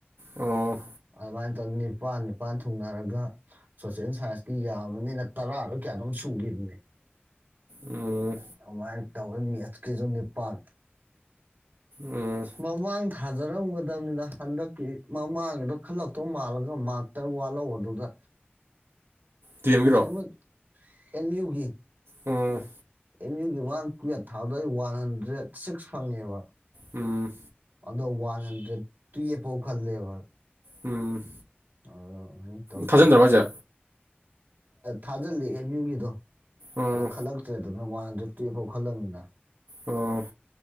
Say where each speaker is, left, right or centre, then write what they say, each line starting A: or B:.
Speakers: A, on the right (about 75°); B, on the right (about 50°).
A: ꯑꯣ
B: ꯑꯗꯨꯃꯥꯏꯅ ꯇꯧꯅ ꯅꯤꯄꯥꯜ ꯅꯤꯄꯥꯜ ꯊꯨꯡꯅꯔꯒ ꯁꯣꯁꯦꯜ ꯁꯥꯏꯟꯁꯀꯤ ꯌꯥꯝꯕꯅꯤꯅ ꯇꯔꯥꯗꯣ ꯀꯌꯥꯅꯣꯝ ꯁꯨꯈꯤꯕꯅꯤ
A: ꯎꯝ
B: ꯑꯥꯏ ꯇꯟ ꯃꯁ ꯀꯦꯖꯣ ꯅꯤꯄꯥꯜ
A: ꯎꯝ
B: ꯃꯃ ꯊꯥꯖꯔꯝꯒꯗꯕꯅꯤꯅ ꯍꯟꯗꯛꯀꯤ ꯃꯃꯥꯡꯒꯤꯗꯣ ꯈꯜꯂꯛꯇꯧ ꯃꯥꯜꯂꯒ ꯃꯥꯛꯇꯔ ꯋꯥꯠꯍꯧ ꯑꯗꯨꯗ
A: ꯗꯤ ꯑꯦꯝꯒꯤꯔꯣ
B: ꯀꯁꯥꯏꯕꯣꯗ ꯑꯦꯅꯤꯌꯨꯒꯤ
A: ꯎꯝ
B: ꯑꯦꯝ ꯌꯨꯒꯤ ꯃꯥꯡ ꯇꯦꯠ ꯊꯥꯗꯩ ꯋꯥꯟ ꯍꯟꯗ꯭ꯔꯦꯠ ꯁꯤꯛꯁ ꯐꯪꯉꯦꯕ
A: ꯎꯝ
B: ꯑꯗꯣ ꯋꯥꯟ ꯍꯟꯗ꯭ꯔꯦꯗ ꯇ꯭ꯔꯤꯐꯥꯎ ꯈꯜꯂꯦꯕ
A: ꯎꯝ
B: ꯑ ꯑꯗꯨꯃꯥꯏꯅ ꯇꯧꯖ
A: ꯊꯥꯖꯤꯟꯗ꯭ꯔꯕ ꯍꯥꯏꯁꯦ
B: ꯊꯥꯖꯤꯜꯂꯤ ꯑꯦꯝ ꯌꯨꯒꯤꯗꯣ
A: ꯑꯣ
B: ꯑꯗꯣ ꯈꯂꯛ ꯇ꯭ꯔꯦꯦꯟ ꯑꯗꯨꯅ ꯋꯥꯟꯗ ꯇ꯭ꯔꯤꯐꯥꯎ ꯈꯜꯂꯝꯃꯤꯅ
A: ꯎꯝ